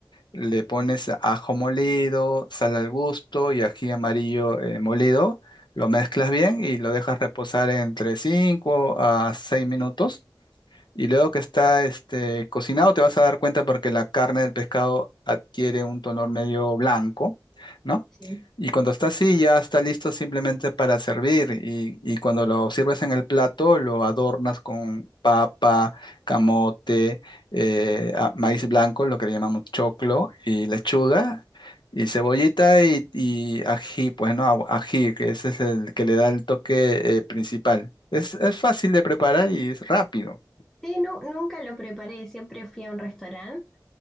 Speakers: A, on the left; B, in the centre.
A: le pones ajo molido, sal al gusto y ají amarillo eh, molido, lo mezclas bien y lo dejas reposar entre 5 a 6 minutos y luego que está este, cocinado, te vas a dar cuenta porque la carne del pescado adquiere un tono medio blanco, ¿no?
B: sí.
A: Y cuando está así, ya está listo simplemente para servir. Y, y cuando lo sirves en el plato, lo adornas con papa, camote, eh, ah, maíz blanco, lo que le llamamos choclo, y lechuga, y cebollita y, y ají, pues no, Agu- ají, que ese es el que le da el toque eh, principal. Es, es fácil de preparar y es rápido.
B: Sí, nu- nunca lo preparé, siempre fui a un restaurante,